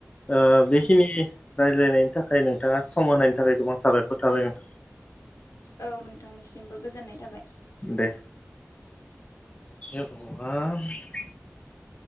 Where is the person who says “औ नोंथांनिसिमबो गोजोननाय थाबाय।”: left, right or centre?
Left